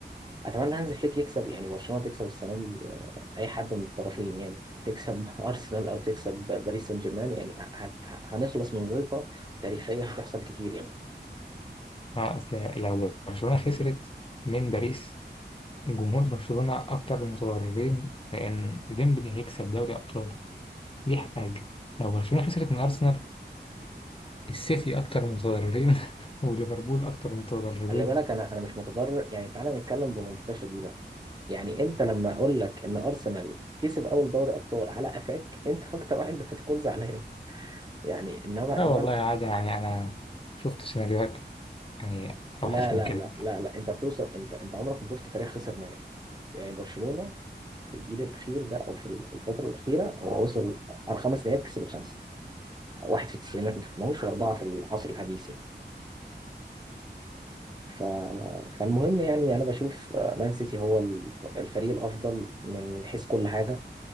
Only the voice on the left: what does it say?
آه، أصل لو برشلونة خسرت من باريس جمهور برشلونة أكتر المتضررين لأن ديمبلي هيكسب دوري أبطال دي حاجة لو برشلونة خسرت من أرسنال السيتي أكتر المتضررين <laughs> وليفربول أكتر المتضررين
لا
والله
عادي يعني أنا شفت سيناريوهات يعني
أوحش
من كده